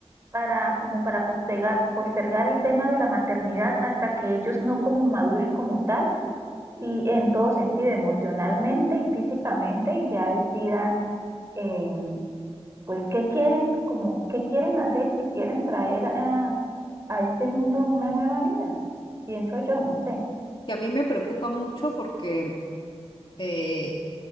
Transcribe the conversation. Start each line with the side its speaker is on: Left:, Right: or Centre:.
Right: para como para postergar, postergar el tema de la maternidad hasta que ellos no como maduren como tal y en todo sentido, emocionalmente y físicamente, y ya decidan eh, pues qué quieren, como qué quieren hacer si quieren traer a, a este mundo una nueva vida, pienso yo, no sé.
Left: que a mí me preocupa mucho porque eh,